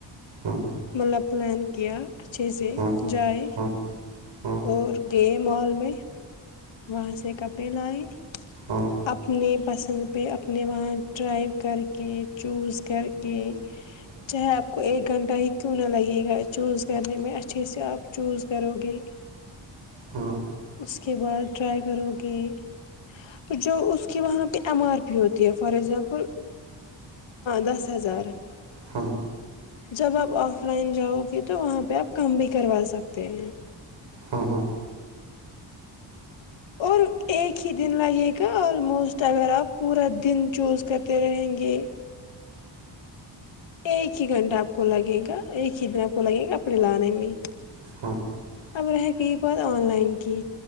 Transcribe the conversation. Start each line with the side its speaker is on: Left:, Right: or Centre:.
Right: ہمم
Left: مطلب پلان کیا اچھے سے
Right: ہوں
Left: جائے
Right: ہوں ہوں
Left: اور گئے مال میں وہاں سے کپڑے لائے
Right: ہاں
Left: اپنے پسند پہ اپنے وہاں ٹرائی کر کے چوز کر کے
Right: <inaudible>
Left: چاہے آپ کو ایک گھنٹہ ہی کیوں نہ لگے گا چوز کرنے میں اچھے سے آپ چوز کرو گے
Right: ہاں
Left: اس کے بعد ٹرائی کرو گے جو اس کہ وہاں پہ ایم آر پی ہوتی ہے فار ایگزامپل دس ہزار
Right: ہاں
Left: جب آپ آف لائن جاؤ گے تو وہاں پہ آپ کم بھی کروا سکتے ہیں
Right: ہاں ہاں
Left: اور ایک ہی دن لگے گا آلموسٹ اگر آپ پورا دن چوز کرتے رہیں گے ایک ہی گھنٹہ آپ کو لگے گا ایک ہی دن آپ کو لگیں گا کپڑے لانے میں
Right: <unintelligible>
Left: اب رہگیی بات آن لائن کی